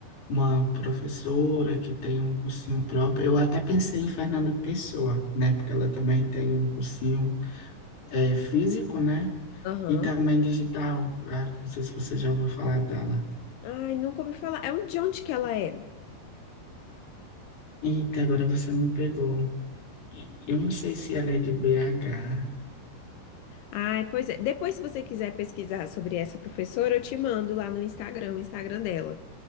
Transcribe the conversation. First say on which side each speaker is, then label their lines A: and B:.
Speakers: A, on the left (about 50°); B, on the left (about 80°).
A: uma professora que tem um cursinho próprio, eu até pensei em Fernanda Pessoa, né? Porque ela também tem um cursinho é, físico, né?
B: Aham.
A: E também digital. Ah, não sei se você já ouviu falar dela.
B: Ai, nunca ouvi falar. É um de onde que ela é?
A: Eita, agora você me pegou. E- Eu não sei se ela é de BH.
B: Ai, pois é. Depois, se você quiser pesquisar sobre essa professora, eu te mando lá no Instagram, o Instagram dela.